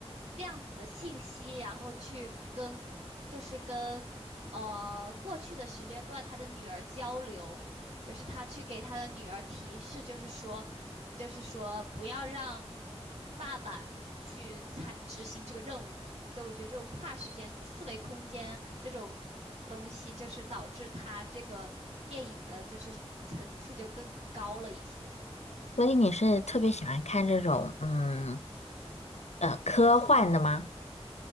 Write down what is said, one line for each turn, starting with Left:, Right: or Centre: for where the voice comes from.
Right: 量子的信息，然后去跟就是跟呃过去的时间段他的女儿交流，就是他去给他的女儿提示，就是说，就是说不要让爸爸去采执行这个任务。所以我觉得这种跨时间、什么四维空间这种东西，就是导致他这个电影的就是层次就更高了一些。
Left: 所以你是特别喜欢看这种嗯呃科幻的吗？